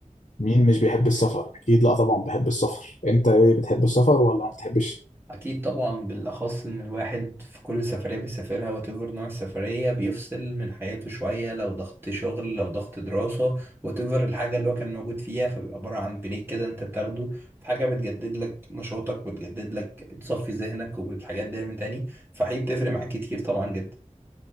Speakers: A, on the left; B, on the right.
A: مين مش بيحب السفر اكيد لا طبعا بحب السفر انت ايه بتحب السفر ولا ما بتحبش
B: اكيد طبعا بالاخص ان الواحد في كل سفريه بيسافرها وتفر نوع السفريه بيفصل من حياته شويه لو ضغط شغل لو ضغط دراسه وتفر الحاجه اللي هو كان موجود فيها فبيبقى عباره عن بريك كده انت بتاخده في حاجه بتجدد لك نشاطك وتجدد لك تصفي ذهنك والحاجات دي من تاني فحقيقي بتفرق معاك كتير طبعا جدا